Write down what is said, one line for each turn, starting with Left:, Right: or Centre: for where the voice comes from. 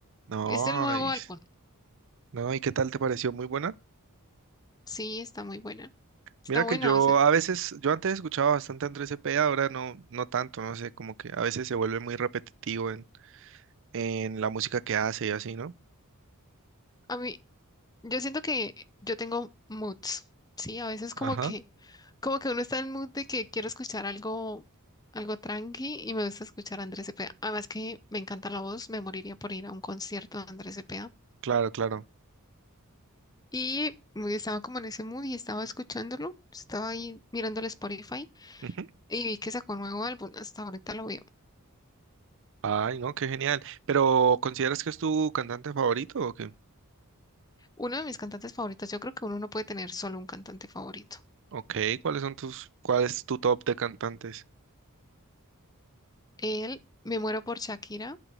Right: No,
Left: Es del nuevo
Right: y,
Left: álbum.
Right: no, ¿y qué tal te pareció? Muy buena.
Left: Sí, está muy buena. Está
Right: Mira
Left: buena.
Right: que yo
Left: O sea,
Right: a veces, yo antes escuchaba bastante a Andrés Cepeda, ahora no, no tanto, no sé, como que a veces se vuelve muy repetitivo en, en la música que hace y así, ¿no?
Left: a mí, Yo siento que yo tengo moods, ¿sí? A veces como
Right: Ajá,
Left: que, como que uno está en el mood de que quiero escuchar algo, algo tranqui y me gusta escuchar a Andrés Cepeda. Además que me encanta la voz, me moriría por ir a un concierto de Andrés Cepeda.
Right: claro, claro.
Left: Y me- estaba como en ese mood y estaba escuchándolo, estaba ahí mirando el Spotify
Right: Ujú.
Left: y vi que sacó un nuevo álbum, hasta ahorita lo veo.
Right: Ay, no, qué genial. Pero ¿consideras que es tu cantante favorito o qué?
Left: Uno de mis cantantes favoritos, yo creo que uno no puede tener solo un cantante favorito.
Right: Ok, ¿cuáles son tus, cuál es tu top de cantantes?
Left: Él, me muero por Shakira.